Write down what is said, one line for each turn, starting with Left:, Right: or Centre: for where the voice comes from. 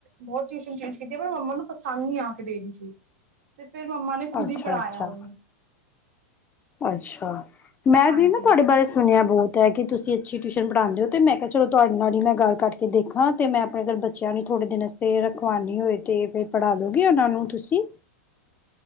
Right: ਬਹੁਤ ਟਿਊਸ਼ਨ ਚੇਂਜ ਕੀਤੀਆਂ ਪਰ ਮੰਮਾ ਨੂੰ ਸਾਨੂੰ ਨੀ ਆ ਕੇ ਦੇਣੀ ਸੀ।
Left: <inaudible>
Right: ਤੇ ਫੇਰ ਮੰਮਾ ਨੇ ਖੁਦ
Left: ਅੱਛਾ
Right: ਈ ਪੜ੍ਹਾਇਆ
Left: ਅੱਛਾ
Right: ਉਨੂੰ
Left: ਅੱਛਾ, ਮੈਂ
Right: ਹਾਂਜੀ
Left: ਦੀ ਨਾ ਤੁਹਾਡੇ ਬਾਰੇ ਸੁਣਿਆ ਬੌਤ। ਤਾਂ ਕਿ ਤੁਸੀਂ ਅੱਛੀ ਟਿਊਸ਼ਨ ਪੜ੍ਹਾਉਂ ਹੋ ਅਤੇ ਮੈਂ ਕਿਹਾ ਚਲੋ ਤੁਹਾਡੇ ਨਾਲ ਹੀ ਮੈਂ ਗੱਲ ਕਰਕੇ ਦੇਖਾਂ ਅਤੇ ਮੈਂ ਆਪਣੇ ਘਰ ਬੱਚਿਆਂ ਨੂੰ ਥੋੜ੍ਹੇ ਦਿਨ ਤੇ ਰਖਵਾਨੀ ਹੋਏ ਤੇ ਫਿਰ ਪੜ੍ਹਾ ਦਉਗੇ, ਉਨਾਂ ਨੂੰ ਤੁਸੀਂ।